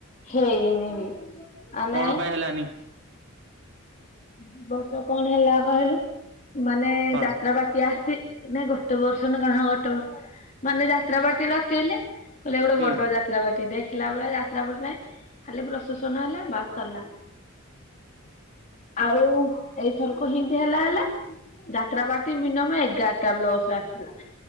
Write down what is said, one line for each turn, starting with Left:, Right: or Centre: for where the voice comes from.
Left: ହେଇନି ବି। ଆମେ
Right: କଣ
Left: ଦି
Right: ପାଇଁ ହେଲାନି?
Left: ଏ ବର୍ଷ କଣ ହେଲା କହିଲୁ ମାନେ
Right: କଣ
Left: ଯାତ୍ରା ପାଟି ଆସିଛି ନାଇଁ ଗୋଟେ ବର୍ଷ ନ କଣ ହ ଗୋଟ ବର୍ଷ ମାନେ ଯାତ୍ରା ପାଟି ଡକେଇଲେ କହିଲେ ଗୋଟେ
Right: ହୁଁ
Left: ବଡ ଯା ଯାତ୍ରାପାର୍ଟି ଦେଖିଲା ବେଳେ ଯାତ୍ରା ପାର୍ଟି ନାହିଁ ଖାଲି ପ୍ରସେସନ ହେଲା ବାସ୍ ସରିଲା। ଆଉ ଏଇଥରକ ହେମତି ହେଲା ହେଲା ଯାତ୍ରାପାର୍ଟି ମିନିମମ୍ ଏଗାରଟା ବସ୍ ରେ ଆସିଥିଲା।